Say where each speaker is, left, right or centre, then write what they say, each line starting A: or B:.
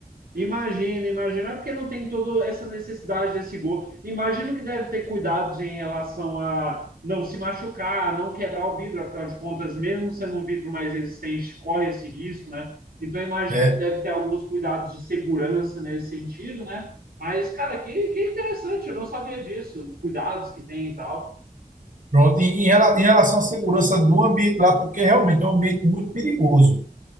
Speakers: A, on the right; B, on the right.
A: imagina, imagina, é porque não tem toda essa necessidade desse gol. Imagino que deve ter cuidados em relação a não se machucar, não quebrar o vidro, afinal de contas, mesmo sendo um vidro mais resistente, corre esse risco, né? Então imagino
B: É.
A: que deve ter alguns cuidados de segurança nesse sentido, né? Mas, cara, que, que interessante, eu não sabia disso, os cuidados que tem e tal.
B: Pronto. Em, em rela- em relação à segurança do ambiente lá, porque realmente é um ambiente muito perigoso.